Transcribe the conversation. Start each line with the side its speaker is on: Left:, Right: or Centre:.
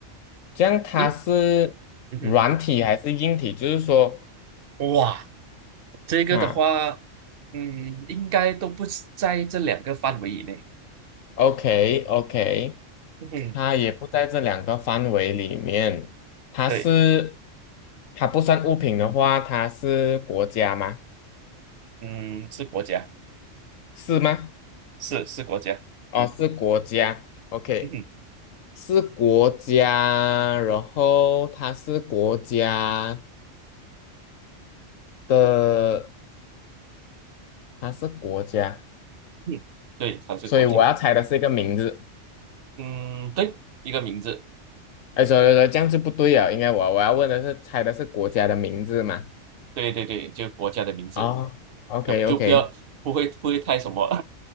Left: 这样它是软体还是硬体？
Right: 应嗯
Left: 就是说，
Right: 哼，哇，这个的话，
Left: 哈
Right: 嗯，应该都不是在这两个范围以内。
Left: ，OK OK。
Right: 嗯哼，
Left: 它也不在这两个范围里面，它是
Right: 对，
Left: 它不算物品的话，它是国家吗？
Right: 嗯，是国家，
Left: 是吗？
Right: 是是国家。
Left: 哦，是国家。OK，
Right: 嗯哼，
Left: 是国家，然后它是国家的，它是国家，
Right: 嗯对，它是国家。
Left: 所以我要猜的是一个名字。
Right: 嗯，对，一个名字，
Left: 哎，所以说这样就不对了，应该我我要问的是猜的是国家的名字嘛？
Right: 对对对，就国家的名字，
Left: 哦 o k
Right: 要就不要不会不会太什么，
Left: o k